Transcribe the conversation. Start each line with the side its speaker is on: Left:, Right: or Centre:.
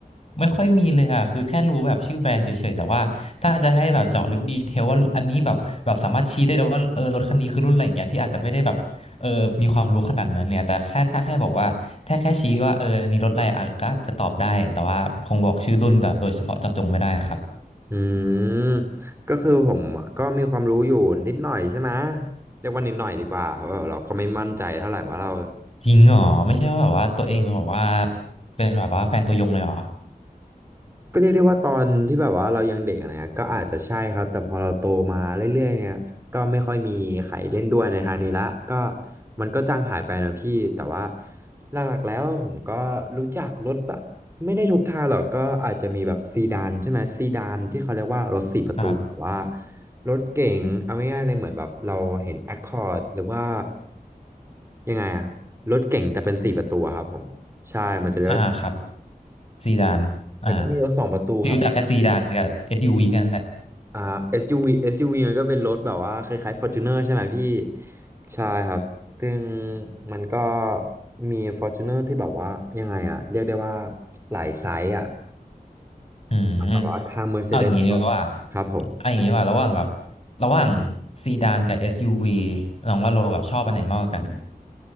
Left: ไม่ค่อยมีเลยอ่ะคือแค่รู้แบบชื่อแบรนด์เฉยๆแต่ว่าถ้าจะให้แบบเจาะลึกดีเทลว่าอันนี้แบบแบบสามารถชี้ได้เลยวว่าเออรถคันนี้คือรุ่นอะไรอย่างเงี้ยพี่อาจจะไม่ได้แบบเออมีความรู้ขนาดนั้นเนี่ยแต่แค่ถ้าแค่บอกว่าแค่แค่ชี้ว่าเอออันนี้รถอะไรอ่ะก็อาจจะตอบได้แต่ว่าคงบอกชื่อรุ่นแบบโดยเฉพาะเจาะจงไม่ได้ครับ
Right: อืมก็คือผมก็มีความรู้อยู่นิดหน่อยใช่ไหมเรียกว่านิดหน่อยดีกว่าเพราะว่าเราก็ไม่มั่นใจเท่าไหร่ว่าเรา
Left: จริงเหรอไม่ใช่ว่าแบบว่าตัวเองเป็นแบบว่าเป็นแบบว่าแฟนตัวยงเลยเหรอ
Right: ก็เรียกได้ว่าตอนที่แบบว่าเรายังเด็กอะไรเงี้ยก็อาจจะใช่ครับแต่พอเราโตมาเรื่อยๆเนี่ยก็ไม่ค่อยมีใครเล่นด้วยในทางนี้ละก็มันก็จางหายไปนะพี่แต่ว่าหลักๆแล้วผมก็รู้จักรถแบบไม่ได้ทุกทางหรอกก็อาจจะมีแบบซีดานใช่ไหมซีดานที่เขาเรียกว่ารถสี่ประตูแบบว่า
Left: ครับ
Right: รถเก๋งเอาง่ายๆเลยเหมือนแบบเราเห็น Accord หรือว่ายังไงอะรถเก๋งแต่เป็นสี่ประตูอะครับผมใช่มันจะเรียกว่า
Left: อ่าครับซีดานอ่า
Right: แล้วก็มีรถสองประตูครับ
Left: พี่รู้จักแค่ซีดานกับ SUV แค่นั้นแหละ
Right: อ่า SUV ูวีเอสยูวีมันก็เป็นรถแบบว่าคล้ายๆ Fortuner ใช่ไหมพี่ใช่ครับซึ่งมันก็มี Fortuner ที่แบบว่ายังไงอะเรียกได้ว่าหลายไซส์อะ
Left: อืม
Right: แบบว่าทาง Mercedes
Left: เอาอย่างนี้ดีกว่า
Right: ก็ครับผม
Left: เอาอย่างนี้ดีกว่าระหว่างแบบระหว่างซีดานกับ SUV น้องว่าโลแบบชอบอันไหนมากกว่ากัน